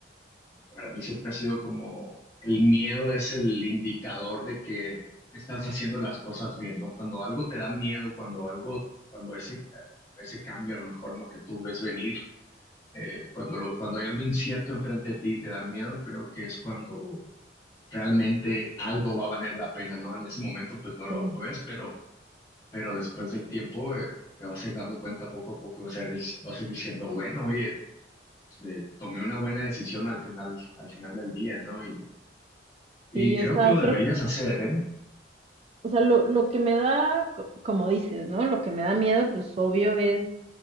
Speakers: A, on the left (about 25°); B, on the right (about 35°).
A: para mí siempre ha sido como el miedo es el indicador de que estás haciendo las cosas bien, ¿no? Cuando algo te da miedo, cuando algo, cuando ese, ese cambio a lo mejor, ¿no? Que tú ves venir, eh, cuando lo, cuando hay algo incierto enfrente de ti y te da miedo, creo que es cuando realmente algo va a valer la pena, ¿no? En ese momento pues no lo
B: Sí,
A: ves, pero, pero después del tiempo eh, te vas a ir dando cuenta poco a poco, y vas a ir, vas a ir diciendo, bueno, oye, eh, tomé una buena decisión al final, al final del día, ¿no? Y y
B: Sí,
A: creo
B: o sea,
A: que lo deberías
B: creo,
A: hacer, ¿eh?
B: o sea, lo, lo que me da, co- como dices, ¿no? Lo que me da miedo, pues obvio es,